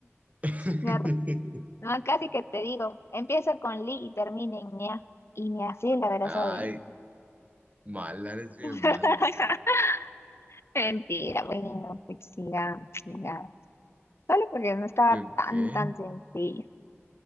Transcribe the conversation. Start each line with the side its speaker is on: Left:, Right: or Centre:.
Right: <laughs>
Left: Ya, No, casi que te digo, empieza con Li y termina en Nia. Y ni así la verás
Right: Ay,
Left: adivinar.
Right: mala, eres bien
Left: <laughs>
Right: mala.
Left: Mentira, bueno, pues sigamos, sigamos. Solo porque no estaba
Right: ¿Tú
Left: tan,
Right: qué?
Left: tan sencilla.